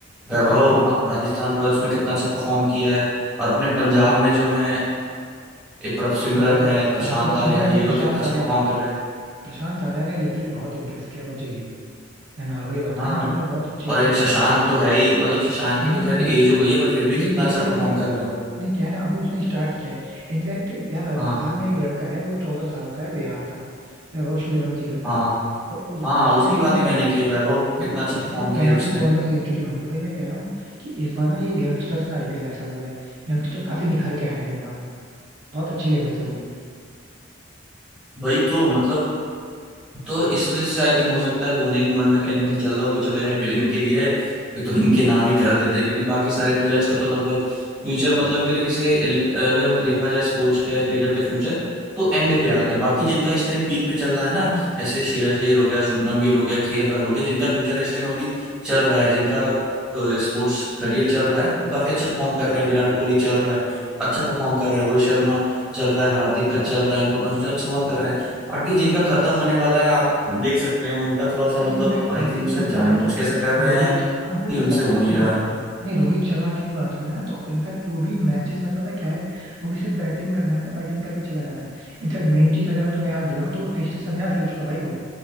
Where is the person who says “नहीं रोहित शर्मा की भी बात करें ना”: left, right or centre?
Right